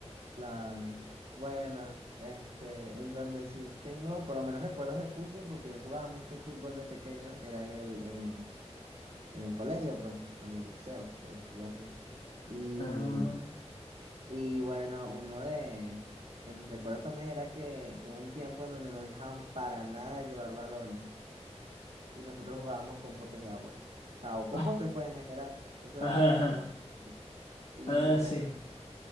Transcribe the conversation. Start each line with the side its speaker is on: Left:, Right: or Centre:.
Right: Claro. Bueno, este, en donde sí tengo por lo menos recuerdos de fútbol, porque yo jugaba mucho fútbol de pequeño, era en el, en, en el colegio, pues, en el liceo, por decirlo así. Y,
Left: Ah,
Right: y bueno, uno de, de mis recuerdos también era que hubo un tiempo en donde no dejaban para nada llevar balones y nosotros jugábamos con potes de agua. O sea, o con
Left: <laughs>
Right: potes, pues, en general. Ese era
Left: ajá,
Right: nuestro
Left: ajá.
Right: balón. Y
Left: Ah,
Right: bueno.
Left: sí,